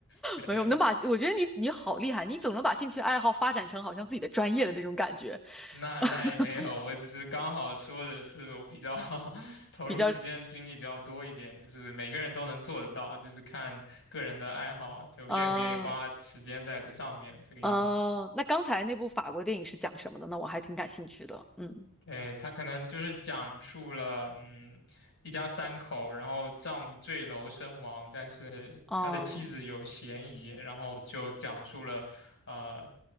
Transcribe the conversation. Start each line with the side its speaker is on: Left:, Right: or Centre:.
Left: 对，
Centre: 没有能把，我觉得你你好厉害，你总能把兴趣爱好发展成好像自己的专业的那种感觉，
Left: 那那也没有，
Centre: <laughs>
Left: 我只是刚好说的是我比较 <laughs> 投入时间精力比较多一点，
Centre: 比较，
Left: 就是每个人都能做得到，就是看个人的爱好，就愿不愿意花时间在这上面，
Centre: 嗯、
Left: 这个样子。
Centre: 嗯、那刚才那部法国电影是讲什么的呢？我还挺感兴趣的，嗯，
Left: 对，他可能就是讲述了，嗯，一家三口，然后丈夫坠楼身亡，但是他的妻子有嫌疑，
Centre: 哦、
Left: 然后就讲述了，呃，